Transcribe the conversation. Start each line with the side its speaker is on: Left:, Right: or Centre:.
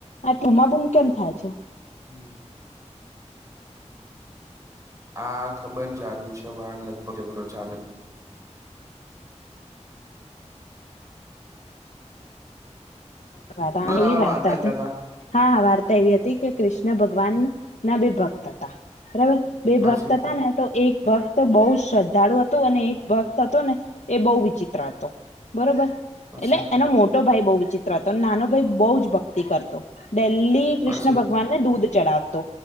Left: અને બુમાબુમ કેમ થાય છે
Right: હુમ આા ખબર ચાલુ છે બાર લગભગ ઝઘડો ચાલે
Left: <unintelligible>
Right: બોલો તમે વાર્તા કરતા તા
Left: એવી હતી કે કૃષ્ણ ભગવાન ના બે ભક્ત હતા બરાબર બે
Right: પછી
Left: ભક્ત હતા ને તો એક બસ તો બહુ શ્રદ્ધાળુ હતું અને એક ભક્ત હતો ને એ બહુ વિચિત્ર હતો બરોબર
Right: પછી
Left: એટલે એનો મોટો ભાઈ વીચિત નાનો ભાઈ બહ જ ભક્તિ કરતો ડિલ્લી કૃષ્ણ
Right: પછી
Left: ભગવાનને દૂધ ચઢીવ તો